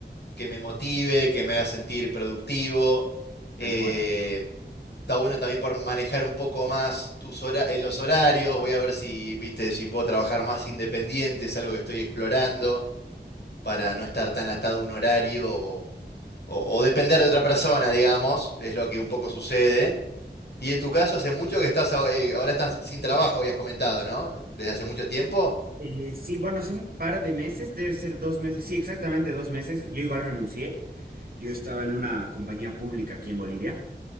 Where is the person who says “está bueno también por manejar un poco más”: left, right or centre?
Left